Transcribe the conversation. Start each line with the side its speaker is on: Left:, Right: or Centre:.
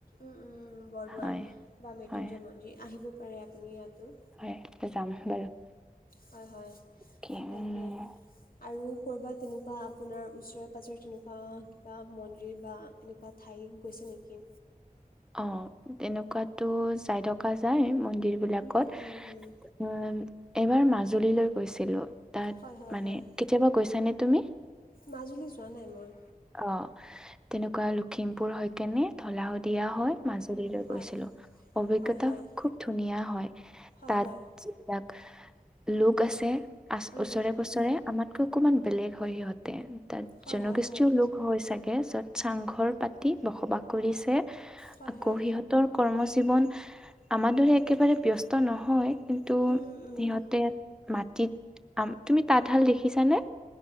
Left: উম উম বৰদোৱা
Centre: হয়,
Left: বা মৃত্যুঞ্জয়
Centre: হয়,
Left: মন্দিৰ আহিব পাৰে আপুনি ইয়াতো।
Centre: হয় যাম বাৰু।
Left: হয় হয়
Centre: কি
Left: তাকে
Centre: উম,
Left: আৰু কৰ'বাত তেনেকুৱা আপোনাৰ ওচৰে - পাজৰে তেনেকুৱা কিবা মন্দিৰ বা এনেকুৱা ঠাই গৈছে নেকি।
Centre: অ তেনেকুৱাতো যাই থকা যায় মই সেইবিলাকত
Left: উম, উম, উম।
Centre: উম এইবাৰ মাজুলীলৈ গৈছিলো। তাত
Left: হয় হয়
Centre: মানে
Left: হয়
Centre: কেতিয়াবা গৈছানে তুমি।
Left: মাজুলী যোৱা নাই মই।
Centre: অ', তেনেকুৱা লখিমপুৰ হয় কেনে ঢলা শদিয়া হয় মাজুলীলৈ
Left: হয়
Centre: গৈছিলো অভিজ্ঞতা
Left: হয় হয় হয়
Centre: খুব ধুনীয়া হয়।
Left: হয়
Centre: তাত
Left: হয়
Centre: যিবিলাক লোক আছে। আচ
Left: উম
Centre: ওচৰে
Left: উম
Centre: পোছৰে আমাতকৈ অকমান বেলেগ হয় সিহঁতে। তাত
Left: হয়
Centre: জনগোষ্ঠীও
Left: হয় হয়
Centre: লোক হয় চাগে য'ত চাংঘৰ পাতি বসবাস কৰি
Left: হয়
Centre: আকৌ
Left: হয়
Centre: সিহঁতৰ কৰ্ম জীৱন আমাৰ দৰে একেবাৰে ব্যস্ত স্ত নহয় কিন্তু
Left: উম উম উম
Centre: সিহঁতে মাটিত আ তুমি তাঁতশাল দেখিছানে।